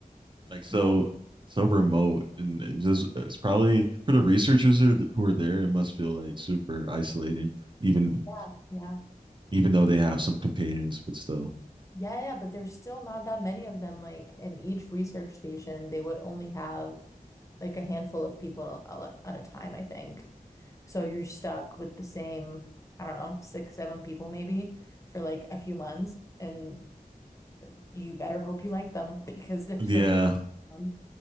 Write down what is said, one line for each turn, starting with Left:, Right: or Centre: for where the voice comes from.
Right: like so
Left: yeah,
Right: so remote and it just it's probably for the researchers who who are there. It must feel like super isolating, even
Left: yeah, yeah.
Right: even though they have some companions, but still.
Left: Yeah, yeah, but there's still not that many of them. Like in each research station, they would only have like a handful of people at at a time, I think. So you're stuck with the same, I don't know, six, seven people maybe for like a few months. And you better hope you like them <laughs> because there's
Right: Yeah,
Left: nobody around.